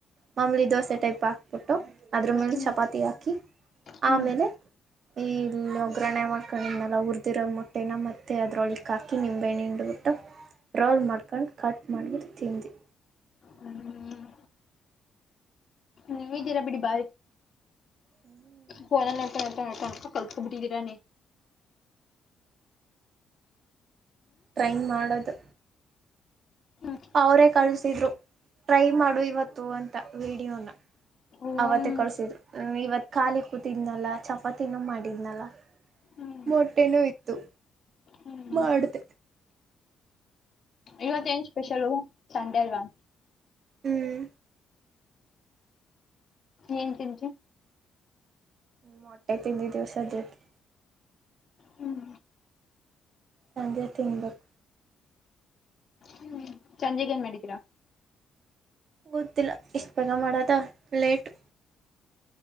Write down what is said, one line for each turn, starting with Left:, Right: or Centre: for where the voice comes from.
Right: ಮಾಮೂಲಿ ದೋಸೆ ಟೈಪ್ ಹಾಕ್ಬಿಟ್ಟು ಅದ್ರ ಮೇಲೆ
Left: ಹ್ಮ್
Right: ಚಪಾತಿ ಹಾಕಿ
Left: ಹ್ಮ್
Right: ಆಮೇಲೆ ಈ ಇಲ್ಲಿ ಒಗ್ಗ್ರರಣೆ ಮಾಡ್ಕೊಂಡ್ೆಲ್ಲ ಉುರ್ಿದಿರೋ ಮೊಟ್ಟೆನ ಮತ್ತೆ ಅದ್ರೊಳಿಕ್ ಹಾಕಿ ನಿಂಬೆಹಣ್ಣು ಹಿಂಡ್ಬಿಟ್ಟು ವಟ ರೋಲ್ ಮಾಡ್ಕೊಂಡು ಕಟ್ ಮಾಡಿದ ತಿಿಂದಿ
Left: ಹ್ಮ್ ನೀವಿದಿರ ಬಿಡಿ ಬಾರಿ
Right: ಹ್ಮ್
Left: ಫೋನ್ ನೋಡ್ಕಂಡ್ ನೋಡ್ಕಂಡ್ ಕಲ್ಕೋಡಬಿಟ್ಟಿದೀರಾ
Right: ಟ್ರೈ ಮಾಡದು
Left: ಹ್ಮ್
Right: ಅವರೇ ಕಳ್ಸಿದ್ರು ಟ್ರೈ ಮಾಡು ಇವತ್ತು ಅಂತ ವಿೀಡಿಯೋನ
Left: ಓಂ
Right: ಅವತ್ತೇ ಕಳ್ಸಿದ್ರು ಇವತ್ ಖಾಲಿ ಕೂತಿದ್ನಲ್ಲ ಚಪಾತಿನೂ ಮಾಡಿದ್ನಲ್ಲ
Left: ಹ್ಮ್
Right: ಮೊಟ್ಟೆನೂ ಇತ್ತು
Left: ಹ್ಮ್
Right: ಮಾಡಿದೆ
Left: ಇವತ್ತ ಏನ್ ಸ್ಪೆಷಲ್ ಸಂಡೆ ಅಲ್ವಾ
Right: ಹ್ಮ್
Left: ಏನ್ ತಿಂತಿಯ
Right: ಮೊಟೆ ತಿನ್ನಡ್ ಇದೀನಿ ಸದ್ಯಕ್ಕೆ
Left: ಹ್ಮ್
Right: ಸಂಜೆ ತಿನ್ಬೇಕು
Left: ಹ್ಮ್ ಸಂಜೆಕ್ ಏನ್ ಮಾಡಿದ್ದೀರಾ
Right: ಗೊತ್ತಿಲ್ಲ ಇಷ್ಟು ಬೇಗ ಮಾಡದ ಲೇಟ್ು